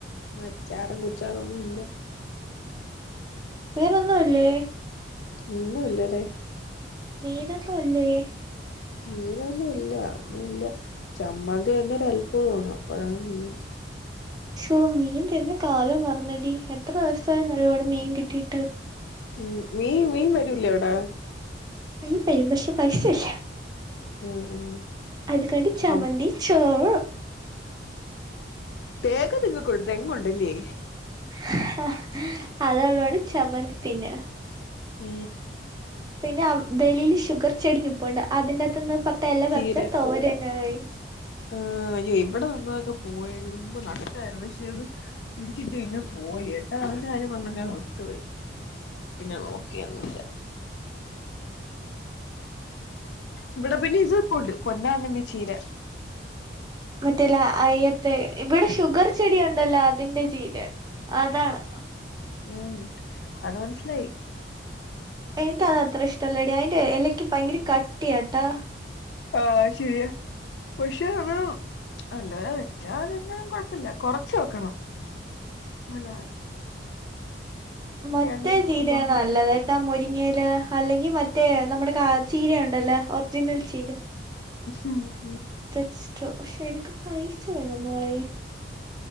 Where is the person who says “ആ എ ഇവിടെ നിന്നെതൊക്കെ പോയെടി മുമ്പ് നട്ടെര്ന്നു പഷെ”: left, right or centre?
Left